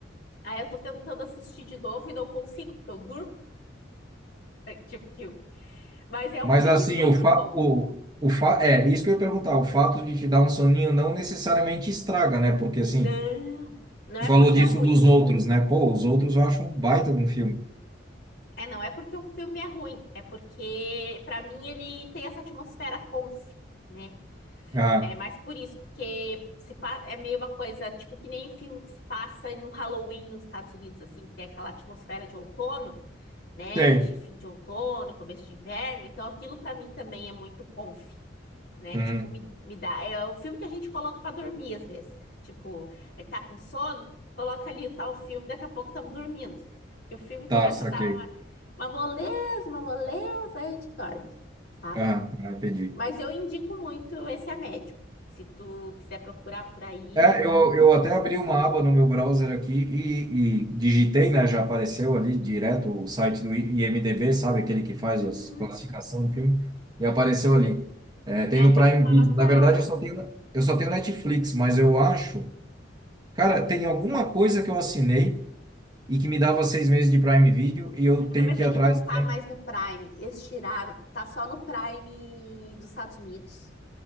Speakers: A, on the left; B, on the right.
A: Aí eu tô tentando assistir de novo e não consigo, porque eu durmo <laughs> durante o filme. Mas é um
B: Mas
A: filme
B: assim,
A: muito
B: o fa...
A: bom.
B: o, o fa... é isso que eu ia perguntar. O fato de te dar um soninho não necessariamente estraga, né? Porque assim,
A: Não, não é
B: tu falou
A: porque
B: disso
A: é ruim,
B: dos outros, né? Pô, os outros eu acho um baita de um filme.
A: É, não é porque o filme é ruim, é porque, pra mim, ele tem essa atmosfera conf, né?
B: Ah,
A: É mais por isso, porque se pa- é meio uma coisa, tipo, que nem filme que se passa no Halloween nos Estados Unidos, assim, que tem aquela atmosfera de outono né,
B: sei.
A: de fim de outono, começo de inverno. Então, aquilo para mim também é muito comfy, né?
B: Uhum.
A: Tipo, me, me dá. É o filme que a gente coloca para dormir às vezes. Tipo, aí tá com sono, coloca ali o tal filme, daqui a pouco estamos dormindo. E o filme começa
B: Tá, saquei.
A: a dar uma, uma moleza, uma moleza, aí a gente dorme, sabe?
B: Ah, ah, entendi.
A: Mas eu indico muito esse A Médium. Se tu quiser procurar por aí,
B: É, eu, eu até abri uma aba no meu browser aqui e, e digitei, né? Já apareceu ali direto o site do I- IMDb, sabe? Aquele que faz
A: uhum.
B: as classificação de filme. E apareceu ali. É, tem
A: É,
B: no
A: tá
B: Prime
A: com uma
B: Video.
A: nota
B: Na verdade, eu só tenho, eu só tenho Netflix, mas eu acho. Cara, tem alguma coisa que eu assinei e que me dava seis meses de Prime Video e eu tenho
A: Ah, mas
B: que
A: ele
B: ir atrás.
A: não tá
B: né?
A: mais no Prime. Eles tiraram. Tá só no Prime dos Estados Unidos.